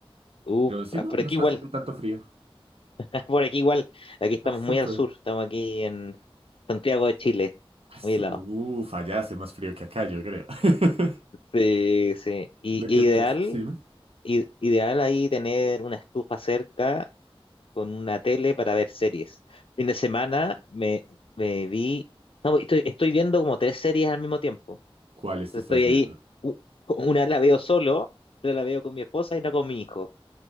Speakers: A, on the left (about 60°); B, on the right (about 75°).
A: Uf,
B: Pero sí,
A: ah,
B: no,
A: por
B: no
A: aquí
B: está
A: igual,
B: haciendo tanto frío.
A: <laughs> por aquí igual. Aquí estamos
B: Ah, súper.
A: muy al sur, estamos aquí en Santiago de Chile,
B: Ah, su-
A: muy helado.
B: Uf, allá hace más frío que acá, yo creo. <laughs>
A: Sí, sí. Y,
B: Lo
A: y
B: que pasa,
A: ideal,
B: sí, ¿me?
A: i- ideal ahí tener una estufa cerca con una tele para ver series. Fin de semana me, me vi, no, estoy, estoy viendo como tres series al mismo tiempo.
B: ¿cuáles
A: Pero
B: te estás
A: Estoy
B: viendo?
A: ahí, u- una la veo solo, otra la veo con mi esposa y no con mi hijo.